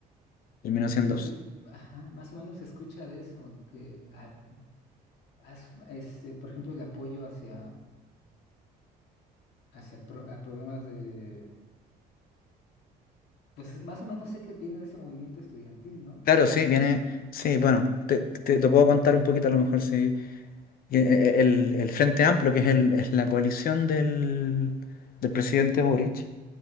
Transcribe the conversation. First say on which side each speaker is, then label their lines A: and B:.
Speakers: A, on the left; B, on the left.
A: Terminó
B: Eso
A: siendo.
B: es lo que, ajá, más o menos se escucha de eso, ¿no? que a- as- este, por ejemplo, el apoyo hacia, hacia pro- a problemas de, pues más o menos sé que viene de ese movimiento estudiantil, ¿no?
A: Claro, sí, viene. Sí, bueno, te, te- te puedo contar un poquito a lo mejor sí. Y, eh, El, el Frente Amplio, que es, el, es la coalición del, del presidente Boric.